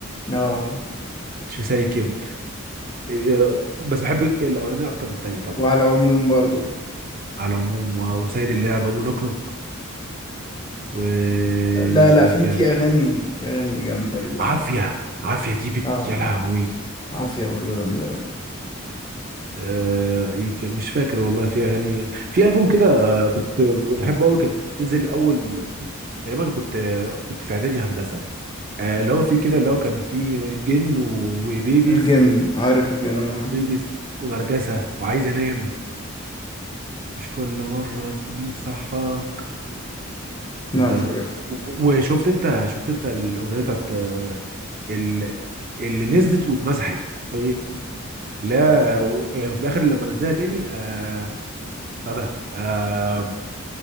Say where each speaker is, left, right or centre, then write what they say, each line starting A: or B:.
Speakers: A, on the left; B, on the right.
A: اه
B: مش مسايكب آه بس بحب الاولانيه اكتر من التانيه طبعا
A: وعلى العموم برضو
B: على العموم و- وسيد اللعبه ونوك نوك وكان
A: لا لا في في اغاني في اغاني جامدة ليه يا
B: عافيه
A: عم
B: عافيه دي بت
A: اه
B: يا لهوي
A: عافية برضو جامدة أوي.
B: آه، يك- مش فاكر والله في اغاني في البوم كده آه، كنت بحبه قوي كان نزل اول تقريبا كنت كنت في اعدادي هندسه آه، اللي هو فيه كده اللي هو كان فيه الجن و- وبيبيز
A: الجن عارف الجن
B: آه،
A: انا
B: بيبيز ونرجسه وعايز انام مش كل مره مين صحى
A: لا
B: ده
A: مش عارف
B: وشفت انت شفت انت الاغنيه بتاعت آه، ال- اللي نزلت واتمسحت طيب، لا و- يعني في الاخر لما نزلها تاني آه بتاع ده آه،